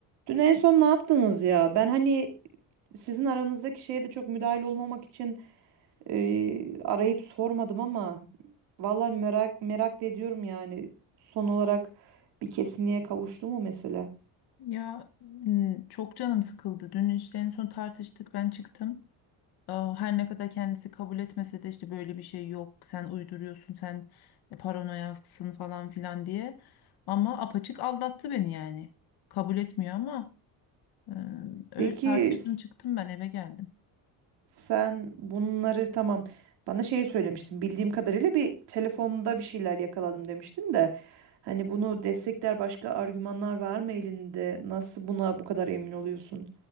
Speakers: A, on the right; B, on the left.
A: Dün en son ne yaptınız ya? Ben hani sizin aranızdaki şeye de çok müdahil olmamak için e, arayıp sormadım ama vallahi merak merak da ediyorum yani. Son olarak bir kesinliğe kavuştu mu mesele?
B: Ya m, çok canım sıkıldı. Dün işte en son tartıştık, ben çıktım. Aa, Her ne kadar kendisi kabul etmese de işte böyle bir şey yok, sen uyduruyorsun, sen paranoyaksın falan filan diye. Ama apaçık aldattı beni yani. Kabul etmiyor ama e, öyle
A: Peki
B: tartıştım
A: s-
B: çıktım ben eve geldim.
A: sen bunları tamam bana şey söylemiştin bildiğim kadarıyla bir telefonda bir şeyler yakaladım demiştin de hani bunu destekler başka argümanlar var mı elinde? Nasıl buna bu kadar emin oluyorsun?